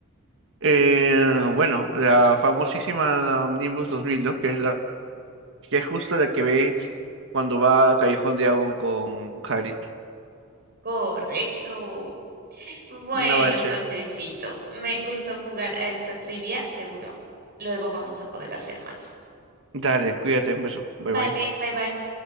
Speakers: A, on the right; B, on the right.
A: Eh, bueno, la famosísima Nimbus 2000, ¿no? Que es la que es justo la que ve cuando va a Callejón de Agua con Hagrid.
B: Correcto. Bueno,
A: No bache.
B: Josecito, me gustó jugar a esta trivia, seguro luego vamos a poder hacer más.
A: Dale, cuídate, un beso.
B: Vale,
A: Bye bye.
B: bye bye.